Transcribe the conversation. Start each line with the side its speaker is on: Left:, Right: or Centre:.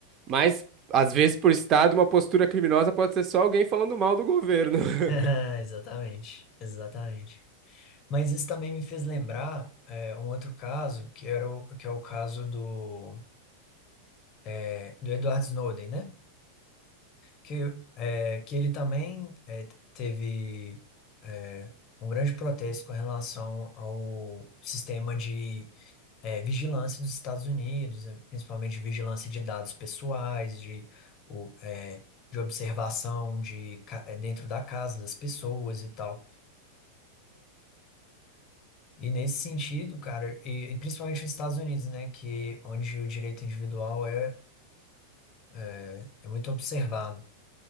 Right: Mas, às vezes, por Estado, uma postura criminosa pode ser só alguém falando mal do governo. <laughs>
Left: <laughs> Exatamente, exatamente. Mas isso também me fez lembrar é, um outro caso, que era o, que é o caso do, eh, do Edward Snowden, né? Que, é, que ele também é, teve é, um grande protesto com relação ao sistema de é, vigilância dos Estados Unidos, né? Principalmente de vigilância de dados pessoais, de, o, é, de observação de, ca- é, dentro da casa das pessoas e tal. E nesse sentido, cara, e, e principalmente nos Estados Unidos, né, que onde o direito individual é, é, é muito observado.